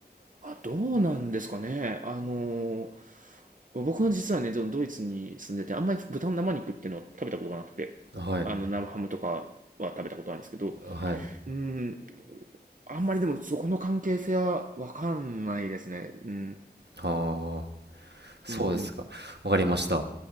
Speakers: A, on the right; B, on the right.
A: あ、どうなんですかね。あのー、僕は実はね、ドドイツに住んでて、あんまり豚の生肉っていうのを食べたことがなくて、
B: はい、
A: あの、生ハムとかは食べたことなんですけど、
B: はい。
A: うん、あんまりでもそこの関係性はわかんないですね。うん、
B: ああ、そうですか。
A: うん、
B: わかりました。